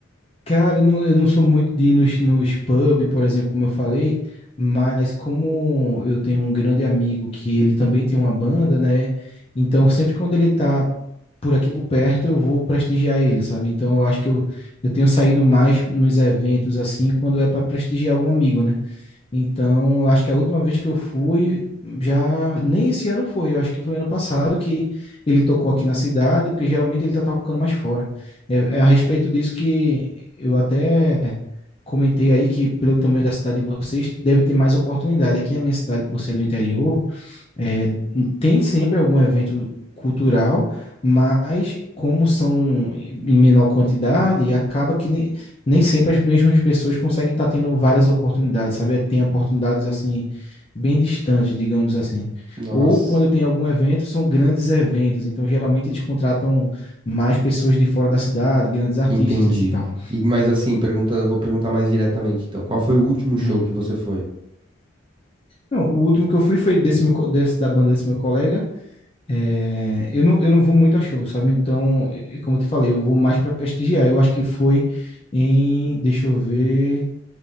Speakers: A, on the left; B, on the right.
A: Cara, eu não, eu não sou muito de ir nos, nos pub, por exemplo, como eu falei, mas como eu tenho um grande amigo que ele também tem uma banda, né? Então, sempre quando ele tá por aqui por perto, eu vou prestigiar ele, sabe? Então, eu acho que eu, eu tenho saído mais nos eventos assim, quando é para prestigiar algum amigo, né? Então, acho que a última vez que eu fui, já nem esse ano foi, eu acho que foi ano passado que ele tocou aqui na cidade, porque geralmente ele tá tocando mais fora. É, é a respeito disso que eu até comentei aí que pelo tamanho da cidade de vocês deve ter mais oportunidade. Aqui na minha cidade, por ser do interior, é, tem sempre algum evento cultural, mas como são em menor quantidade, acaba que nem, nem sempre as mesmas pessoas conseguem estar tendo várias oportunidades, sabe? Tem oportunidades assim bem distantes, digamos assim.
B: Nossa,
A: Ou quando tem algum evento, são grandes eventos, então geralmente eles contratam mais pessoas de fora da cidade, grandes artistas
B: entendi.
A: e tal.
B: E, mas assim, pergunta, vou perguntar mais diretamente, então, qual foi o último show
A: Hum.
B: que você foi?
A: Não, o último que eu fui foi desse, meu, co- desse da banda desse meu colega. É, eu não, eu não vou muito a show, sabe? Então, eh, como eu te falei, eu vou mais para prestigiar. Eu acho que foi em, deixa eu ver,